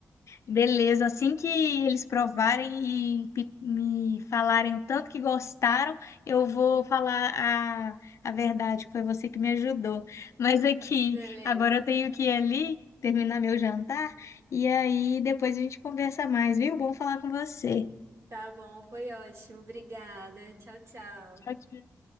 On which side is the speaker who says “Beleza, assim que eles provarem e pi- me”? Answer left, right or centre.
Left